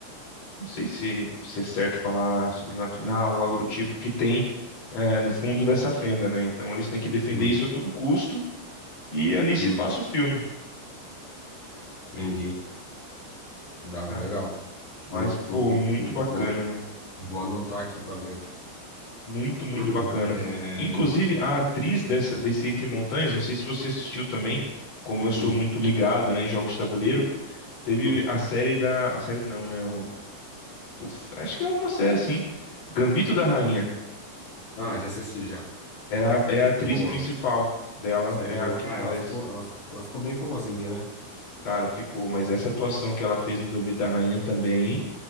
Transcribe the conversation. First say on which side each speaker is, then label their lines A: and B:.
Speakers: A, on the left; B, on the left.
A: não sei se, se é certo falar sobrenatural ou algo do tipo, que tem é, no fundo dessa fenda, né? Então eles têm que defender
B: Hum,
A: isso a todo custo. E ali se
B: hum,
A: passa o filme.
B: entendi. Dá,
A: né?
B: legal.
A: Mas,
B: Não,
A: pô,
B: Vou, vou,
A: muito
B: vou,
A: bacana,
B: vou-
A: velho.
B: vou anotar aqui para ver. <clears throat>
A: Muito, muito
B: Hum,
A: bacana.
B: É,
A: Inclusive, a atriz dessa, desse Entre Montanhas, não sei se você assistiu também, como eu
B: hum,
A: sou muito ligado, né, em jogos de tabuleiro, teve
B: hum.
A: a série da. A série não, né? O, o f- acho que é uma série, sim. Gambito da Rainha.
B: Ah, já assisti já.
A: É a, é a atriz
B: Boa.
A: principal dela,
B: Série
A: é
B: boa.
A: a que
B: Ah,
A: faz.
B: ela ficou, ela, ficou- ela ficou bem famosinha, né?
A: Cara, ficou, mas essa atuação que ela fez no Gambito da Rainha também